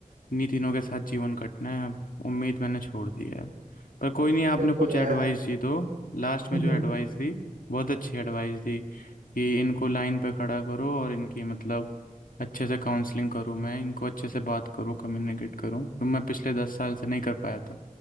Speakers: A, on the left; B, on the right.
A: इन्हीं तीनों के साथ जीवन कटना है अब उम्मीद मैंने छोड़ दी है अब पर कोई नहीं आपने
B: देखो
A: कुछ
B: यार
A: एडवाइस दी तो लास्ट
B: <laughs>
A: में जो एडवाइस दी बहुत अच्छी एडवाइस दी कि इनको लाइन पे खड़ा करो और इनकी मतलब अच्छे से काउंसलिंग करूँ मैं इनको अच्छे से बात करूँ कम्युनिकेट करूँ तो मैं पिछले दस साल से नहीं कर पाया था